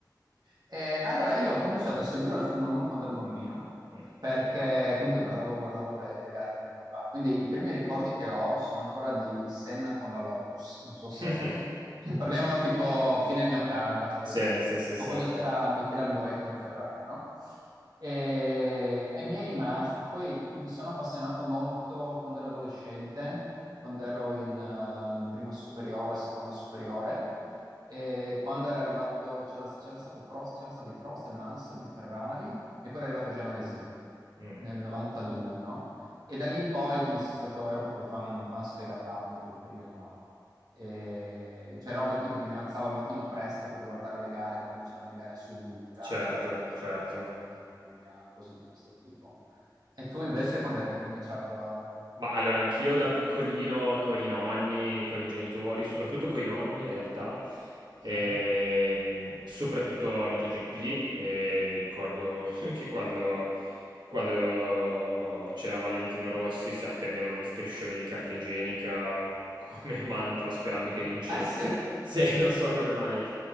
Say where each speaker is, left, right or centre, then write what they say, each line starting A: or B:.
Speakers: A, on the right; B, on the right.
A: Eh, allora, io ho cominciato a seguire la Formula 1 quando ero bambino,
B: Mm.
A: perché comunque guardavo, guardavo le, le gare con mio papà. Quindi i primi ricordi che ho sono ancora di, di Senna con la Lotus. Non so se,
B: <laughs>
A: se parliamo tipo fine anni 80, cose
B: Sì,
A: così,
B: sì, sì, sì.
A: o quando c'era Michele Alboreto in Ferrari, no? E, e mi è rimasta. Poi mi sono appassionato molto quando ero adolescente, quando ero in ehm, prima superiore, seconda superiore e quando era arrivato, c'era, c'era stato Prost, c'erano stati Prost e Mansell in Ferrari, e poi era arrivato Jean
B: Mm.
A: nel 92, no? E da lì in poi, quindi sono stato, ero proprio fan, fan sfegatato in quel periodo là. E c'è roba tipo che mi alzavo al mattino presto per guardare le gare quando c'erano le gare a Suzuka,
B: Certo,
A: mi alzavo alle 5,
B: certo.
A: mettevo la sveglia, cose di questo tipo. E tu invece quando è che hai cominciato a, a
B: Ma allora
A: guardare?
B: anch'io da piccolino con i nonni, con i genitori,
A: Eh,
B: soprattutto coi nonni in realtà,
A: sì?
B: ehm, soprattutto al MotoGP, eh, mi ricordo <laughs> che quando, quando c'era Valentino Rossi si appendevano gli striscioni di carta igienica come <laughs> mantra sperando che vincesse,
A: Ah sì?
B: <laughs> se non so come mai.